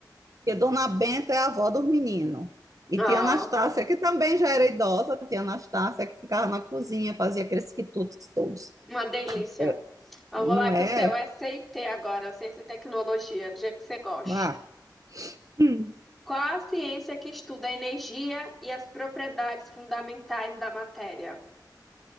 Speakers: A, on the right; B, in the centre.
A: porque Dona Benta é a avó dos meninos. E
B: Ah,
A: tia Anastácia, que também já era idosa, tia Anastácia que ficava na cozinha, fazia aqueles quitutes todos.
B: Uma delícia.
A: É,
B: Vamos
A: Não
B: lá,
A: é?
B: que o seu é CT agora, ciência e tecnologia, do jeito que você gosta.
A: Ah, Hum,
B: Qual a ciência que estuda a energia e as propriedades fundamentais da matéria?